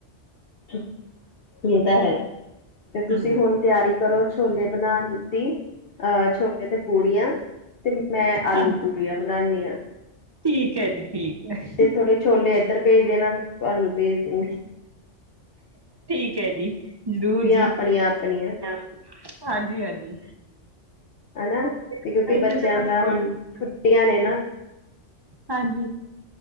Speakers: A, on the left; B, on the right.
A: ਇਹ ਤਾਂ ਹੈ
B: ਹੂੰ
A: ਤੇ ਤੁਸੀਂ ਹੁਨ ਤਿਆਰੀ ਕਰੋ ਛੋਲੇ ਬਣਾਨ ਦੀ, ਅਹ ਛੋਲੇ ਤੇ ਪੂੜੀਆਂ ਤੇ ਮੈਂ ਆਲੂ
B: ਹਾਂਜੀ
A: ਪੂਰੀਆਂ ਬਨਾਨੀ ਆ
B: ਠੀਕ ਹੈ ਜੀ, ਠੀਕ। ਹੈ
A: ਤੇ ਥੋੜੇ ਛੋਲੇ ਏਧਰ ਭੇਜ ਦੇਨਾ, ਮੈਂ ਆਲੂ ਭੇਜ ਦੂਗੀ।
B: ਠੀਕ ਹੈ ਜੀ, ਜ਼ਰੂਰ ਜੀ
A: ਆਪਣੀਆਂ ਆਪਣੀਆਂ
B: ਹਾਂਜੀ, ਹਾਂਜੀ।
A: ਹਨਾ, ਤੇ
B: ਕਹਿੰਦੇ
A: ਕਿਉਂਕਿ ਬੱਚੇਆਂ
B: ਤਾਂ
A: ਦਾ
B: ਮੈਂ
A: ਹੋਨ, ਛੁੱਟੀਆਂ ਨੇ ਨਾ।
B: ਹਾਂਜੀ।